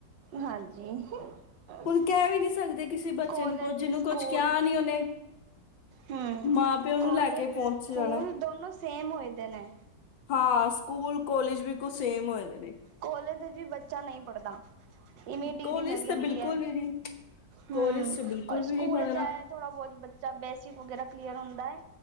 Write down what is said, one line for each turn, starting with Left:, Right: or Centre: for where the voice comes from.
Right: ਹਾਂਜੀ। ਹਮ
Left: ਹੁਣ ਕਹਿ ਵੀ ਨੀ ਸਕਦੇ ਕਿਸੇ ਬੱਚੇ
Right: ਕਾਲਜ
Left: ਨੂੰ ਕੁਝ ਜਿਹਨੂੰ
Right: ਸਕੂਲ
Left: ਕੁਛ ਕਿਹਾ ਨੀ ਉਹਨੇ
Right: ਹਮ
Left: ਮਾਂ ਪਿਓ ਨੂੰ
Right: ਕਾਲਜ
Left: ਲੈ ਕੇ ਪਹੁੰਚ
Right: ਸਕੂਲ
Left: ਜਾਣਾ
Right: ਦੋਨੋ ਸੇਮ ਹੋਏ ਪਏ ਨੇ।
Left: ਹਾਂ ਸਕੂਲ ਕਾਲਜ ਵੀ ਕੁ ਸੇਮ ਹੋਏ ਦੇ ਨੇ
Right: ਕੋਲੇਜ ਦੇ ਵਿੱਚ ਵੀ ਬੱਚਾ ਨਹੀਂ ਪੜ੍ਹਦਾ। ਇਵੇ ਡਿਗਰੀ
Left: ਕਾਲਜ
Right: ਮਿਲ ਜਾਂਦੀ
Left: ਤੇ ਬਿਲਕੁਲ
Right: ਹੈ
Left: ਹੀ ਨੀ ਕੋਲਜ
Right: ਹਮ
Left: ਚ ਬਿਲਕੁਲ
Right: ਔਰ ਸਕੂਲ
Left: ਵੀ ਨਹੀਂ ਪੜ੍ਹਨਾ
Right: ਚ ਐ ਥੋੜ੍ਹਾ ਬਹੁਤ ਬੱਚਾ ਬੇਸਿਕ ਵਗੈਰਾ ਕਲੀਅਰ ਹੁੰਦਾ ਐ।